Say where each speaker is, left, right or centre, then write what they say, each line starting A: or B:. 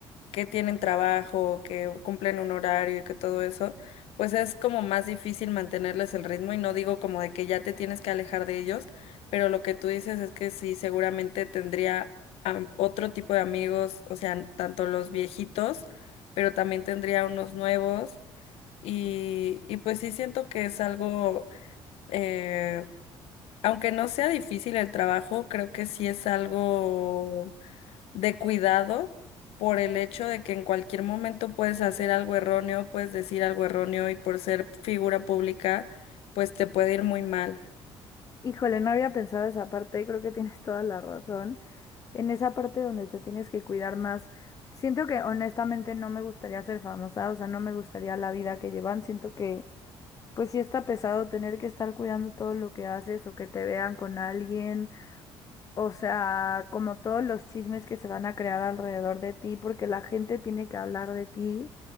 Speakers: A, on the left; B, on the left.
A: que tienen trabajo, que cumplen un horario y que todo eso, pues es como más difícil mantenerles el ritmo y no digo como de que ya te tienes que alejar de ellos, pero lo que tú dices es que sí, seguramente tendría am- otro tipo de amigos, o sea, tanto los viejitos, pero también tendría unos nuevos. Y, y pues sí siento que es algo, eh, aunque no sea difícil el trabajo, creo que sí es algo de cuidado por el hecho de que en cualquier momento puedes hacer algo erróneo, puedes decir algo erróneo y por ser figura pública, pues te puede ir muy mal.
B: Híjole, no había pensado esa parte y creo que tienes toda la razón. En esa parte donde te tienes que cuidar más. Siento que honestamente no me gustaría ser famosa, o sea, no me gustaría la vida que llevan. Siento que Pues sí está pesado tener que estar cuidando todo lo que haces o que te vean con alguien, o sea, como todos los chismes que se van a crear alrededor de ti, porque la gente tiene que hablar de ti.